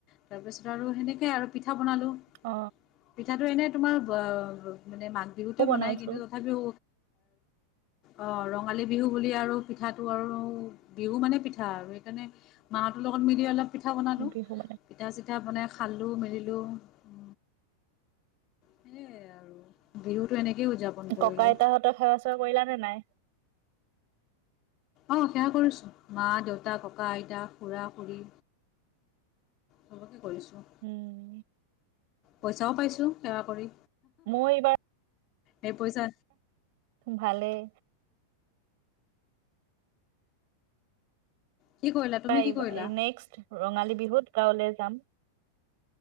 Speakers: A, on the left (about 35°); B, on the right (about 50°).
A: তাৰপিছত আৰু সেনেকে আৰু পিঠা বনালো,
B: অ
A: পিঠাটো এনে তোমাৰ ব মানে মা বিহুতে
B: মইও বনাইছো
A: বনাই কিন্তু, তথাপিও অ' ৰঙালী বিহু বুলি আৰু পিঠাটো আৰু বিহু মানে পিঠা আৰু সেইকাৰণে মাহতৰ লগত মিলি অলপ পিঠা বনালোঁ
B: বিহু বনাই
A: পিঠা চিঠা বনাই খালোঁ মেলিলোঁ উ সেইয়ে আৰু বিহুতটো এনেকেইও উদযাপন কৰিলোঁ
B: ককা আইতাহঁতক সেৱা চেৱা কৰিলা নে নাই?
A: অ' সেয়া কৰিছো মা দেউতা ককা আইতা খুৰা খুুৰী। চবকে কৰিছোঁ।
B: উম।
A: পইচাও পাইছো সেৱা কৰি।
B: মই এইবাৰ
A: এই পইছা
B: ভালেই।
A: কি কৰিলা তুমি
B: পাই
A: কি কৰিলা?
B: নেক্সট ৰঙালী বিহুত গাঁৱলৈ যাম।